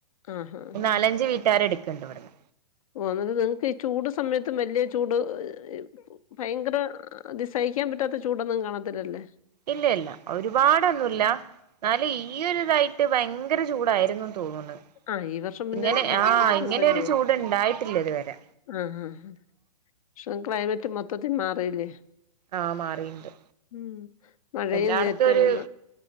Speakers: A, on the left; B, on the right.
A: ആഹാ! ഹാ!
B: നാലഞ്ച് വീട്ടുകാര എടുക്കണ്ട് ഇവട്ന്ന്
A: ഓ ന്നിട്ട് നിങ്ങക്ക് ഈ ചൂട് സമയത്തും വലിയ ചൂട് ഇ ഭയങ്കര ഹ് അത് സഹിക്കാൻ പറ്റാത്ത ചൂടൊന്നും കാണത്തില്ലല്ലേ
B: ഇല്ല ഇല്ല ഒരുപാടൊന്നുംല്ല ന്നാലും ഈരിതായിട്ട് ഭയങ്കര ചൂടായിരുന്നുന്ന് തോന്നുന്നു
A: ആഹ് ഈ വർഷം പിന്നെ
B: ഇങ്ങനെ
A: ഭയങ്കര
B: ആഹ ഇങ്ങനെരു
A: ചൂടല്ലേ?
B: ചൂട്ണ്ടായിട്ടില്ല ഇതുവരെ
A: ആഹ് ആഹ പക്ഷം ക്ലൈമറ്റ് മൊത്തത്തിൽ മാറിയില്ലേ
B: ആഹ് മാറിണ്ട്
A: ഉ മഴയും
B: എല്ലായിടത്തും
A: നേരത്തൊണ്
B: ഒരു